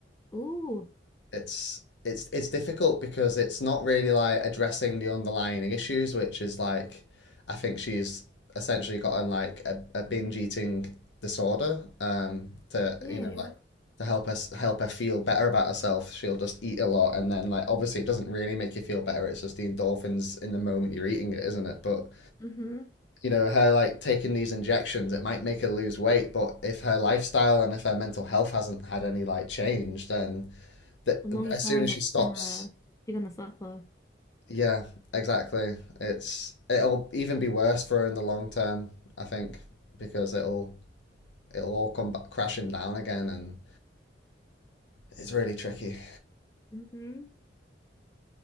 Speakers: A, on the left; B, on the left.
A: Oh,
B: it's it's it's difficult because it's not really like addressing the underlying issues, which is like I think she's essentially gotten like a, a binge eating disorder um, to
A: yeah,
B: you know
A: yeah,
B: like
A: yeah.
B: to help us help her feel better about herself. She'll just eat a lot, and then like obviously it doesn't really make you feel better. It's just the endorphins in the moment you're eating it, isn't it? But
A: Mm-hmm.
B: you know, her like taking these injections, it might make her lose weight, but if her lifestyle and if her mental health hasn't had any like change, then that
A: long
B: as
A: term,
B: soon as she
A: it's
B: stops,
A: gonna you're gonna suffer.
B: yeah, exactly. It's it'll even be worse for her in the long term, I think, because it'll it'll all come back crashing down again, and it's really tricky.
A: Mm-hmm.